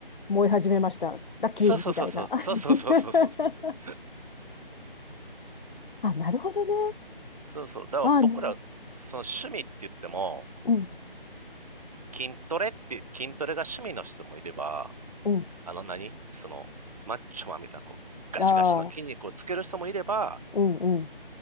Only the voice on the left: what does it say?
燃え始めました。ラッキーみたいな。
<laughs>
あ、なるほどね。
あ、な
うん、
うん。
ああ、うん、うん、